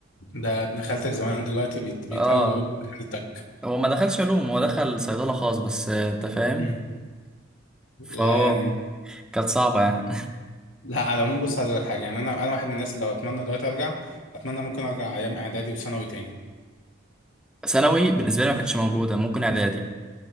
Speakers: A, on the left; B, in the centre.
A: ده ابن خالتك زمان دلوقتي بيت... بيتقال
B: اه
A: له ابن خالتك
B: هو ما دخلش علوم هو دخل صيدلة خاص بس آه، انت فاهم
A: امم لا
B: فهو
A: يعني
B: كانت صعبة يعني
A: لا على العموم بص عايز اقول لك حاجه يعني انا انا واحد من الناس لو اتمنى دلوقتي ارجع اتمنى ممكن ارجع ايام اعدادي وثانوي تاني
B: ثانوي بالنسبه لي ما كانتش موجوده ممكن اعدادي